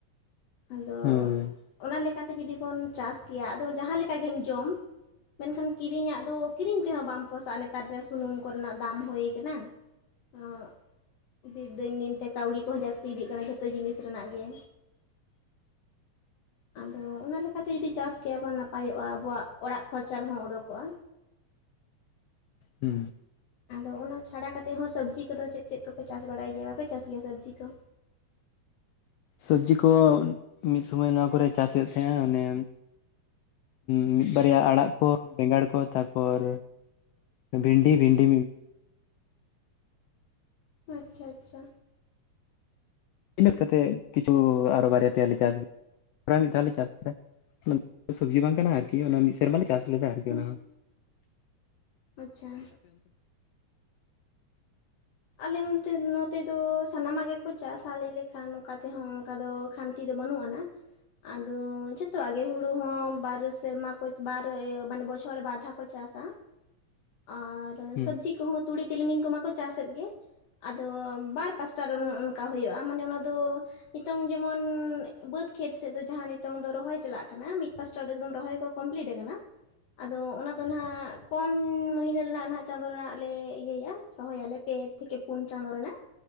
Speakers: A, on the left (about 60°); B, on the left (about 75°).
A: ᱟᱫᱚ
B: ᱦᱳᱭ
A: ᱚᱱᱟ ᱞᱮᱠᱟᱛᱮ ᱡᱩᱫᱤ ᱵᱚᱱ ᱪᱟᱥ ᱠᱮᱭᱟ ᱟᱫᱚ ᱡᱟᱦᱟᱸ ᱞᱮᱠᱟ ᱜᱮᱢ ᱡᱚᱢ᱾ ᱢᱮᱱᱠᱷᱟᱱ ᱠᱤᱨᱤᱧᱟᱜ ᱫᱚ ᱠᱤᱨᱤᱧ ᱛᱮᱦᱚᱸ ᱵᱟᱢ ᱯᱚᱥᱟᱜᱟ ᱱᱮᱛᱟᱨ ᱡᱟ ᱥᱩᱱᱩᱢ ᱠᱚᱨᱮᱱᱟᱜ ᱫᱟᱢ ᱦᱳᱭ ᱠᱟᱱᱟ᱾ ᱚᱜ ᱫᱤᱱ ᱫᱤᱱ ᱛᱮ ᱠᱟᱹᱣᱲᱤ ᱠᱚᱦᱚᱸ ᱡᱟᱹᱥᱛᱤ ᱤᱫᱤᱜ ᱠᱟᱱᱟ ᱡᱷᱚᱛᱚ ᱡᱤᱱᱤᱥ ᱨᱮᱱᱟᱜ ᱜᱮ᱾ ᱟᱫᱚ ᱚᱱᱟ ᱞᱮᱠᱟᱛᱮ ᱡᱩᱫᱤ ᱪᱟᱥ ᱠᱮᱭᱟᱵᱚᱱ ᱱᱟᱯᱟᱭᱚᱜᱼᱟ ᱟᱵᱚᱣᱟᱜ ᱚᱲᱟᱜ ᱠᱷᱚᱨᱪᱟ ᱨᱮᱦᱚᱸ ᱚᱰᱳᱠᱚᱜᱼᱟ᱾
B: ᱦᱩᱸ
A: ᱟᱫᱚ ᱚᱱᱟ ᱪᱷᱟᱲᱟ ᱠᱟᱛᱮᱫ ᱦᱚᱸ ᱥᱚᱵᱽᱡᱤ ᱠᱚ ᱫᱚ ᱪᱮᱫ ᱪᱮᱫ ᱠᱚᱯᱮ ᱪᱟᱥ ᱵᱟᱲᱟᱭ ᱜᱮᱭᱟ ᱵᱟᱯᱮ ᱪᱟᱥ ᱜᱮᱭᱟ ᱥᱚᱵᱽᱡᱤ ᱠᱚ?
B: ᱥᱚᱵᱽᱡᱤ ᱠᱚ ᱢᱤᱫ ᱥᱳᱢᱳᱭ ᱱᱚᱣᱟ ᱠᱚᱨᱮ ᱪᱟᱥ ᱦᱳᱭᱳᱜ ᱛᱟᱦᱮᱸᱱᱟ ᱚᱱᱮᱼᱼ ᱢᱤᱫ ᱵᱟᱨᱭᱟ ᱟᱲᱟᱜ ᱠᱚ ᱵᱮᱸᱜᱟᱲ ᱠᱚ ᱛᱟᱨᱯᱚᱨᱼᱼ ᱵᱷᱤᱱᱰᱤ ᱵᱷᱤᱱᱰᱤ
A: ᱟᱪᱪᱷᱟ ᱟᱪᱪᱷᱟ᱾
B: ᱤᱱᱟᱹᱜ ᱠᱟᱛᱮᱫ ᱠᱤᱪᱷᱩ ᱟᱨ ᱵᱟᱨᱭᱟ ᱯᱮᱭᱟ ᱞᱮᱠᱟᱼᱼ ᱯᱨᱟᱭ ᱢᱤᱫ ᱫᱷᱟᱣ ᱞᱮ ᱪᱟᱥ ᱛᱟᱦᱮᱫ <unintelligible> ᱥᱚᱵᱽᱡᱤ ᱵᱟᱝ ᱠᱟᱱᱟ ᱟᱨ ᱠᱤ ᱚᱱᱟ ᱢᱤᱫ ᱥᱮᱨᱢᱟᱞᱮ ᱪᱟᱥ ᱞᱮᱫᱟ ᱟᱨ ᱠᱤ
A: ᱦᱩᱸ
B: ᱚᱱᱟ ᱦᱚ᱾
A: ᱟᱪᱪᱷᱟ᱾ ᱟᱞᱮ ᱚᱱᱛᱮ ᱱᱚᱛᱮ ᱫᱚ ᱥᱟᱱᱟᱢᱟᱜ ᱜᱮ ᱠᱚ ᱪᱟᱥᱟ ᱞᱮ ᱞᱮᱠᱷᱟᱱ ᱚᱱᱠᱟ ᱛᱮᱦᱚᱸ ᱚᱱᱠᱟ ᱫᱚ ᱠᱷᱱ ᱛᱤ ᱫᱚ ᱵᱟᱹᱱᱩᱜ ᱟᱱᱟ᱾ ᱟᱫᱚ ᱡᱷᱚᱛᱚᱣᱟᱜ ᱜᱮ ᱦᱩᱲᱩ ᱦᱚᱸ ᱵᱟᱨ ᱥᱮᱨᱢᱟ ᱠᱚ ᱵᱟᱨ ᱤᱭᱟᱹ ᱢᱟᱱᱮ ᱵᱚᱪᱪᱷᱚᱨ ᱨᱮ ᱵᱟᱨ ᱫᱷᱟᱣ ᱠᱚ ᱪᱟᱥᱟ᱾
B: <inaudible>
A: ᱟᱨ
B: ᱦᱩᱸ
A: ᱥᱚᱵᱽᱡᱤ ᱠᱚ ᱦᱚᱸ ᱛᱩᱲᱤ, ᱛᱤᱞᱢᱤᱧ ᱠᱚᱢᱟᱠᱚ ᱪᱟᱥᱮᱫ ᱜᱮ᱾ ᱟᱫᱚ ᱵᱟᱨ ᱯᱟᱥᱴᱟ ᱨᱮ ᱚᱱᱮ ᱚᱱᱠᱟ ᱦᱳᱭᱳᱜ-ᱟ ᱢᱟᱱᱮ ᱚᱱᱟ ᱫᱚ ᱦᱤᱛᱚᱝ ᱡᱮᱢᱚᱱ ᱵᱟᱹᱫᱽ ᱠᱷᱮᱛ ᱥᱮᱫ ᱫᱚ ᱡᱟᱦᱟᱸ ᱱᱤᱛᱚᱝ ᱫᱚ ᱨᱚᱦᱚᱭ ᱪᱟᱞᱟᱜ ᱠᱟᱱᱟ ᱢᱤᱫ ᱯᱟᱥᱴᱟ ᱫᱚ ᱮᱠᱫᱚᱢ ᱨᱚᱦᱚᱭ ᱠᱚ ᱠᱚᱢᱯᱞᱤᱴ ᱟᱠᱟᱱᱟ᱾ ᱟᱫᱚ ᱚᱱᱟ ᱫᱚ ᱱᱟᱦᱟᱸᱜ ᱠᱚᱢ ᱢᱟᱹᱦᱤᱱᱟᱹ ᱨᱮᱱᱟᱜ ᱱᱟᱦᱟᱸᱜ ᱪᱟᱸᱫᱳ ᱨᱮᱱᱟᱜ ᱞᱮ ᱤᱭᱟᱹᱭᱟ ᱨᱚᱦᱚᱭᱟᱞᱮ ᱯᱮ ᱛᱷᱮᱠᱮ ᱯᱳᱱ ᱪᱟᱸᱫᱳ ᱨᱮᱱᱟᱜ᱾